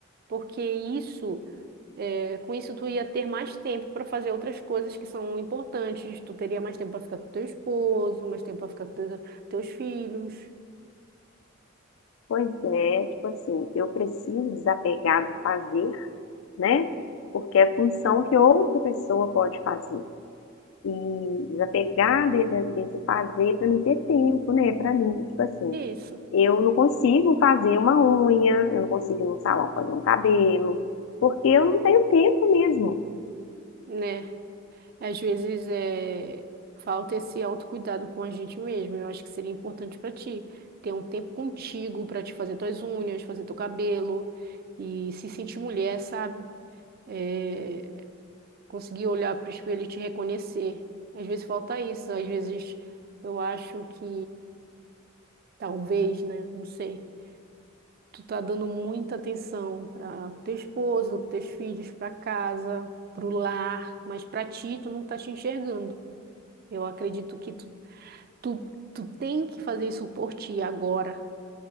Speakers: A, on the right (about 50°); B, on the left (about 70°).
A: porque isso, é, com isso tu ia ter mais tempo para fazer outras coisas que são importantes. Tu teria mais tempo para ficar com teu esposo, mais tempo para ficar com teus, teus filhos.
B: Pois é, tipo assim, eu preciso desapegar do fazer, né? Porque é função que outra pessoa pode fazer. E desapegar de- de- desse fazer para não ter tempo, né? Para mim, tipo assim,
A: Isso,
B: eu não consigo fazer uma unha, eu não consigo ir no salão fazer um cabelo, porque eu não tenho tempo mesmo.
A: né? Às vezes é, falta esse autocuidado com a gente mesmo. Eu acho que seria importante para ti ter um tempo contigo para te fazer tuas unhas, fazer teu cabelo e se sentir mulher, sabe? É, conseguir olhar para o espelho e te reconhecer. Às vezes falta isso. Às vezes eu acho que talvez, né? Não sei. Tu tá dando muita atenção para teu esposo, para teus filhos, para casa, para o lar, mas para ti tu não tá te enxergando. Eu acredito que tu Tu, tu tem que fazer isso por ti agora.